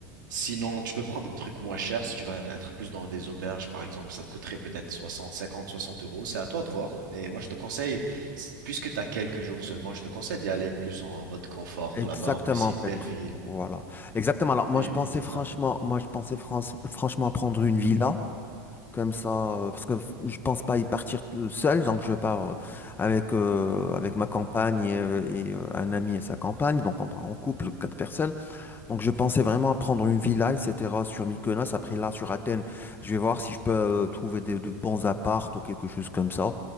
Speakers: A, on the right (about 85°); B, on the left (about 20°).
A: Sinon, tu peux prendre des trucs moins chers. Si tu vas être plus dans des auberges, par exemple, ça te coûterait peut-être 60, 50, 60 euros. C'est à toi de voir. Mais moi, je te conseille, s- puisque tu as quelques jours seulement, je te conseille d'y aller plus en mode confort
B: Exactement,
A: là-bas. En plus, c'est
B: en
A: une
B: fait.
A: belle ville.
B: Voilà. Exactement. Alors, moi,
A: Et
B: je pensais
A: c'est
B: franchement,
A: ça.
B: moi, je pensais france- franchement à prendre une villa, comme ça, euh, parce que f- je pense pas y partir tout seul, donc je pars euh, avec, euh, avec ma compagne et, euh, et, euh, un ami et sa compagne, donc on part en couple, quatre personnes. Donc, je pensais vraiment à prendre une villa, etc., sur Mykonos. Après, là, sur Athènes, je vais voir si je peux euh, trouver des- de bons apparts ou quelque chose comme ça.